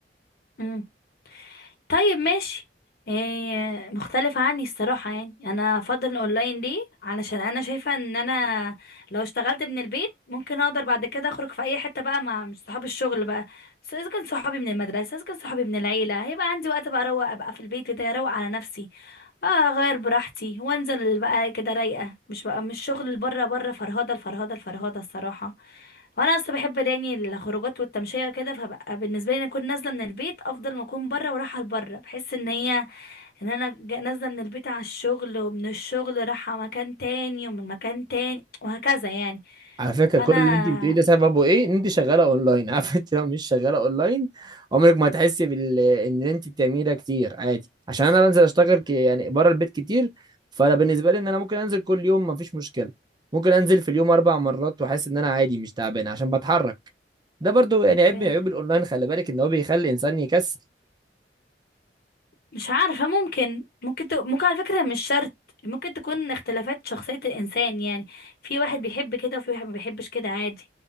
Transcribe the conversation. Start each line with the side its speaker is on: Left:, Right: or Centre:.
Left: مم. طيب ماشي إيه مختلف عني الصراحة يعني أنا أفضل الأونلاين ليه علشان أنا شايفة إن أنا لو اشتغلت من البيت ممكن أقدر بعد كده أخرج في أي حتة بقى مع مش صحاب الشغل بقى سواء إذا كان صحابي من المدرسة إذا كان صحابي من العيلة هيبقى عندي وقت بقى أروق أبقى في البيت كده أروق على نفسي اه اغير براحتي وانزل بقى كده رايقه مش بقى مش شغل اللي بره بره فرهده الفرهده الفرهده الصراحه وانا اصلا بحب يعني الخروجات والتمشيه وكده فبقى بالنسبه لي إن اكون نازله من البيت افضل ما اكون بره ورايحه لبره بحس ان هي ان انا جا- نازله من البيت على الشغل ومن الشغل رايحه مكان تاني ومن مكان تاني وهكذا يعني
Right: على فكرة
Left: فانا
Right: كل اللي انت بتقوليه ده سببه ايه ان انت شغالة اونلاين <laughs> عارف انت لو مش شغالة اونلاين عمرك ما هتحسي بال ان انت بتعملي ده كتير عادي عشان انا بنزل اشتغل ك... يعني بره البيت كتير فانا بالنسبة لي ان انا ممكن انزل كل يوم مفيش مشكلة ممكن انزل في اليوم اربع مرات واحس ان انا عادي مش تعبان عشان بتحرك ده برضو يعني
Left: اوكي
Right: عيب من عيوب الاونلاين خلي بالك ان هو بيخلي الانسان يكسل
Left: مش عارفة ممكن ممكن ت... ممكن على فكرة مش شرط ممكن تكون اختلافات شخصية الإنسان يعني في واحد بيحب كده وفي واحد ما بيحبش كده عادي